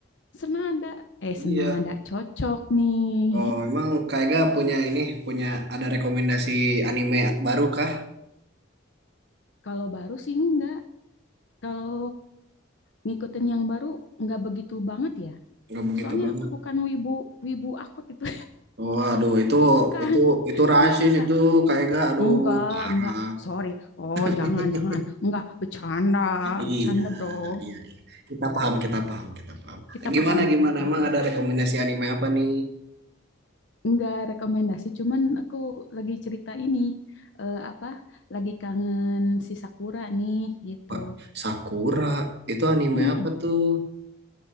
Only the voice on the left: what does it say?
senada. Eh,
senada cocok nih.
<laughs> Kalau baru sih enggak. Kalau ngikutin yang baru nggak begitu banget ya.
Soalnya
aku bukan wibu wibu akut gitu.
Bukan.
<laughs>
Enggak, enggak.
Enggak,
enggak. Sorry. Oh,
jangan, jangan. Enggak, bercanda.
Bercanda, bro.
Kita paham,
kita
paham.
Enggak rekomendasi, cuman aku lagi cerita ini. eh, apa? Lagi kangen si Sakura nih, gitu.
Mm,